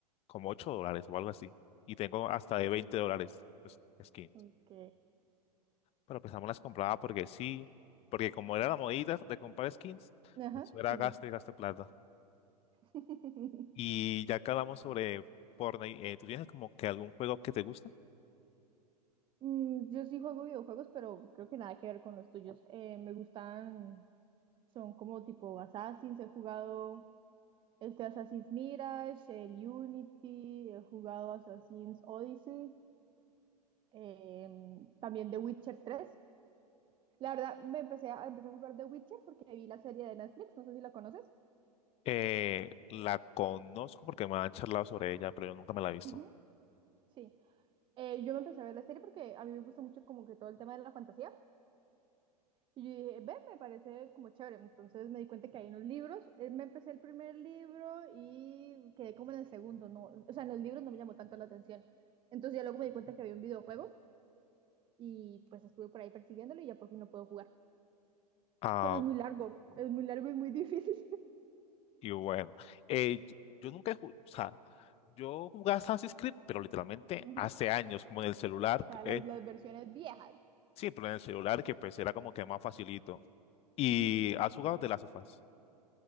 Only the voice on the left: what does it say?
como 8 dólares o algo así. Y tengo hasta de 20 dólares pues, skins.
pero pues también las compraba porque sí, porque como era la modita de comprar skins,
eso era
gasto y gasto plata.
Y
ya que hablamos sobre Fortnite, eh, ¿tú tienes como que algún juego que te guste?
Eh, la conozco porque me han charlado sobre ella, pero yo nunca me la he visto.
Ah,
y bueno, eh, yo yo nunca he jugado, o sea, yo jugaba Assassin's Creed, pero literalmente
hace
años, como en el celular,
eh,
sí, pero en el celular que pues era como que más facilito. ¿Y
has jugado de las sofás?